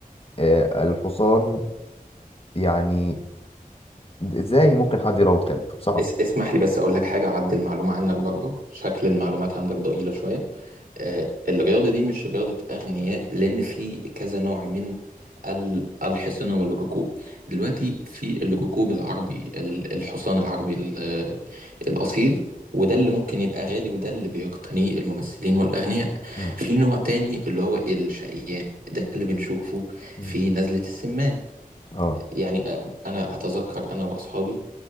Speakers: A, on the left; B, on the right.
A: آه، الحصان يعني ازاي ممكن حد يروض كلب صعب
B: اس- اسمح لي بس اقول لك حاجه اعدل المعلومه عنك برضو شكل المعلومات عندك ضئيله شويه آه، الرياضة دي مش رياضة أغنياء لأن في كذا نوع من ال- الحصانة والركوب دلوقتي في الركوب العربي ال- الحصان العربي ال- الأصيل وده اللي ممكن يبقى غالي وده اللي بيقتنيه الممثلين والأغنياء
A: مم.
B: في نوع تاني اللي هو الشقيان ده اللي بنشوفه
A: مم.
B: في نزلة السمان
A: اه
B: يعني آه، أنا أتذكر أنا وأصحابي